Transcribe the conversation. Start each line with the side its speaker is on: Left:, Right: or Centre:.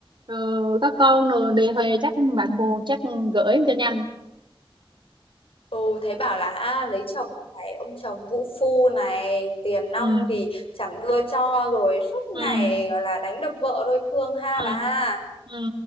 Right: ờ, có con rồi đề huề chắc bạn buồn chắc gửi cho nhanh.
Left: Ừ, thấy bảo là à, lấy chồng phải ông chồng vũ phu này, tiền nong
Right: Ừ,
Left: thì chẳng đưa cho rồi suốt
Right: ừ,
Left: ngày gọi là đánh đập vợ thôi thương ha
Right: ừ,
Left: bà.
Right: ừ.